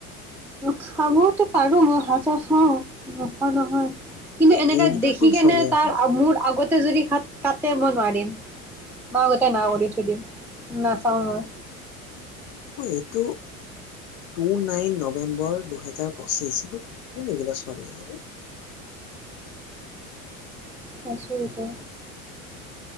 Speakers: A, in the centre; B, on the left.
A: খাবওতো পাৰো, মই ভাজা খাওঁ ৰসৰ নহয়। কিন্তু
B: ঐ
A: এনেকে
B: এইকেইটা
A: দেখি
B: কোন
A: কেনে
B: ছোৱালী
A: তাৰ
B: আকৌ
A: মোৰ আগতে যদিত কা তে মই নোৱাৰিম মই আগতে না কৰি থৈ দিম নাচাওঁ। মই,
B: অ' এইটো টু নাইন নৱেম্বৰ দুহেজাৰ পঁচিশ কোন এইকেইটা ছোৱালী। আৰে,
A: চাইচো এটা।